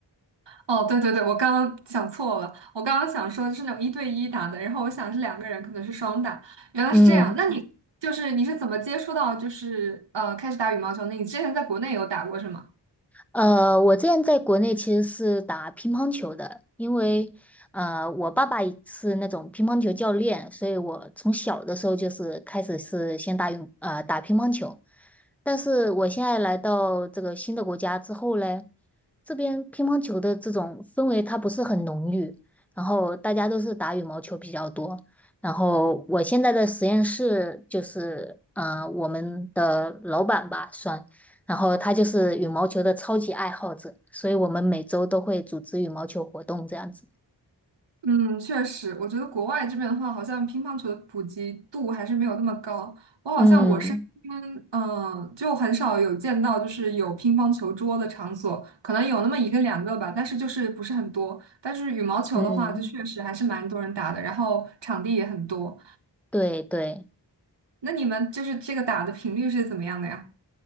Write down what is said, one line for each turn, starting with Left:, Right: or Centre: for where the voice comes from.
Right: 哦，对对对，我刚刚想错了，我刚刚想说是那种一对一打的，然后我想是两个人，可能是双打，原来是这样。
Centre: 嗯。
Right: 那嗯你就是你是怎么接触到就是呃开始打羽毛球的？你之前在国内有打过是吗？
Centre: 呃，我之前在国内其实是打乒乓球的，因为呃，我爸爸也是那种乒乓球教练，所以我从小的时候就是开始是先打羽呃打乒乓球。但是我现在来到这个新的国家之后嘞，这边乒乓球的这种氛围它不是很浓郁，然后大家都是打羽毛球比较多。然后我现在的实验室就是，呃，我们的老板吧，算。然后他就是羽毛球的超级爱好者，所以我们每周都会组织羽毛球活动这样子。
Right: 嗯，确实，我觉得国外这边的话，好像乒乓球的普及度还是没有那么高。我好像我身边，
Centre: 嗯
Right: 嗯、就很少有见到就是有乒乓球桌的场所，可能有那么一个两个吧，但是就是不是很多。但是羽毛球的话，
Centre: 嗯，
Right: 就确实还是蛮多人打的，然后场地也很多。
Centre: 对对，
Right: 那你们就是这个打的频率是怎么样的呀？